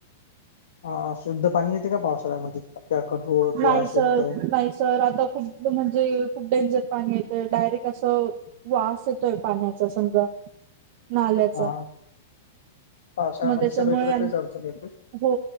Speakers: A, on the left; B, on the right.
A: हां शुद्ध पाणी येते का पावसाळ्यामध्ये? पत्या, गढूळ किंवा
B: नाही
A: अशुद्ध.
B: सर नाही सर आता खूप म्हणजे खूप डेंजर पाणी येतंय, डायरेक्ट असं वास येतोय पाण्याचा समजा. नाल्याचा
A: हा पावसाळ्यामध्ये
B: म तेच्यामुळे
A: सगळीकडे
B: आम्
A: तेच अडचण येते
B: हो,